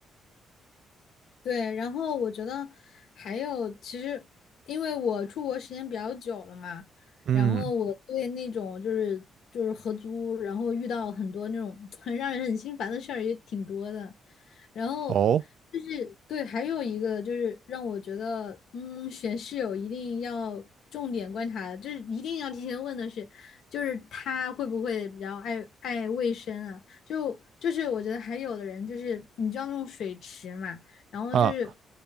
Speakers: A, on the left; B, on the right.
A: 对，然后我觉得还有，其实因为我出国时间比较久了嘛，
B: 嗯，
A: 然后我对那种就是就是合租，然后遇到很多那种 <laughs> 很让人很心烦的事儿也挺多的。然后就是对，
B: 哦
A: 还有一个就是让我觉得，嗯，选室友一定要重点观察，就是一定要提前问的是，就是他会不会比较爱爱卫生啊？就就是我觉得还有的人就是你知道那种水池嘛，然后就是，
B: 啊